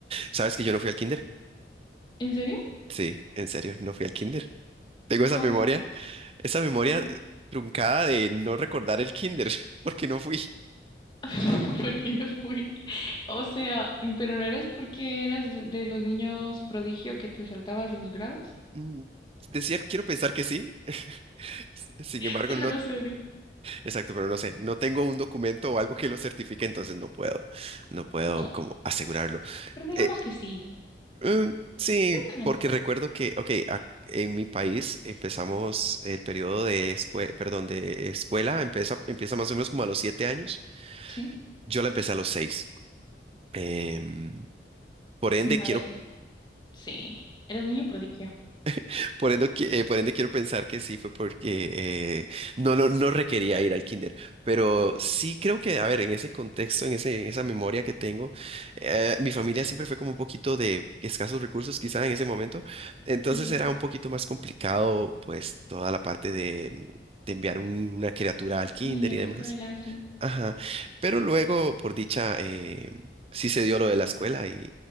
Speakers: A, on the right; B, on the left.
A: ¿Sabes que yo no fui al kinder?
B: ¿En serio?
A: Sí, en serio, no fui al kinder. Tengo esa
B: ¿Cómo?
A: memoria, esa memoria
B: ¿Cómo es?
A: eh, truncada de no recordar el kinder, <laughs> porque no fui.
B: <laughs> Porque no fui. O sea, pero no eras porque eras de de los niños prodigio que te saltabas los grados.
A: Mm, Decir, quiero pensar que sí, <laughs> s- sin
B: <laughs>
A: embargo,
B: Pero
A: no,
B: no sé. di-
A: exacto, pero no sé, no tengo un documento o algo que lo certifique, entonces no puedo, no puedo
B: Oh,
A: como asegurarlo.
B: Pero digamos
A: Eh,
B: que sí.
A: mm, sí,
B: Totalmente
A: porque
B: fue.
A: recuerdo que, ok, ac- en mi país empezamos el periodo de escuela, perdón, de escuela, empieza, empieza más o menos como a los siete años,
B: ¿Sí?
A: yo la empecé a los seis. Em, por ende,
B: Vale,
A: quiero,
B: sí. Eras niño prodigio.
A: <laughs> por ende, qui- eh, por ende quiero pensar que sí fue porque eh, no, no, no requería ir al kinder, pero sí creo que, a ver, en ese contexto, en ese, en esa memoria que tengo, eh, mi familia siempre fue como un poquito de escasos recursos quizá en ese momento, entonces
B: ¿Entiendo?
A: era un poquito más complicado pues toda la parte de, de enviar un- una criatura al kinder
B: Un Niño de
A: y
B: la
A: demás.
B: escuela, sí.
A: Ajá, pero luego, por dicha, eh, sí se dio lo de la escuela y,